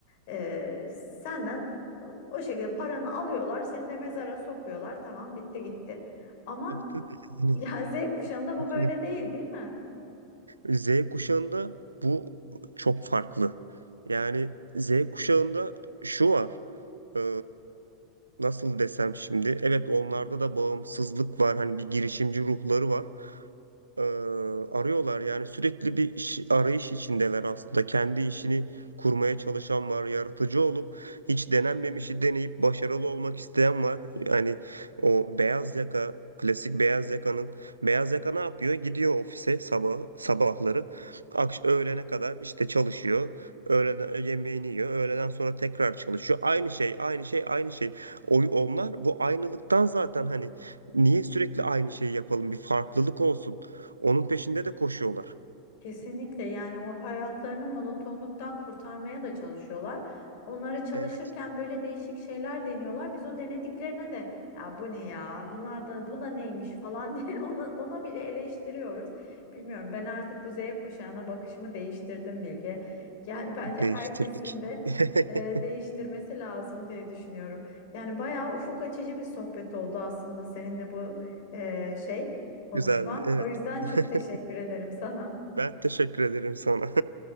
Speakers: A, on the left; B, on the right.
A: e, senden o şekilde paranı alıyorlar, seni de mezara sokuyorlar. Tamam bitti gitti. Ama
B: Yaptı dedi. Yani
A: yani Z kuşağında
B: kesinlikle.
A: bu böyle değil, değil mi?
B: Z kuşağında bu çok farklı. Yani Z kuşağında şu var. Ee, nasıl desem şimdi? Evet onlarda da bağımsızlık var. Hani bir girişimci ruhları var. Ee, arıyorlar yani sürekli bir iş- arayış içindeler aslında. Kendi işini kurmaya çalışan var. Yaratıcı olup hiç denenmemişi deneyip başarılı olmak isteyen var. Yani o beyaz yaka, klasik beyaz yakanın Beyaz yaka ne yapıyor? Gidiyor ofise sabah sabahları akş öğlene kadar işte çalışıyor. Öğleden e, yemeğini yiyor. Öğleden sonra tekrar çalışıyor. Aynı şey, aynı şey, aynı şey. O, onlar bu aynılıktan zaten hani niye sürekli aynı şeyi yapalım? Bir farklılık olsun. Onun peşinde de koşuyorlar.
A: Kesinlikle yani o hayatlarını monotonluktan kurtarmaya da çalışıyorlar. Onları çalışırken
B: Evet,
A: böyle değişik şeyler deniyorlar. Biz o denediklerine de ya bu ne ya bunlar da bu da neymiş falan <laughs> diye ona, ona bile eleştiriyoruz. Bilmiyorum ben artık bu Z kuşağına bakışımı değiştirdim Bilge. Yani bence
B: değiştirdik.
A: herkesin de
B: <laughs>
A: e, değiştirmesi lazım diye düşünüyorum. Yani bayağı ufuk açıcı bir sohbet oldu aslında seninle bu e, şey konuşma.
B: Güzeldi. Evet.
A: O yüzden
B: <laughs>
A: çok teşekkür ederim sana.
B: Ben teşekkür ederim sana.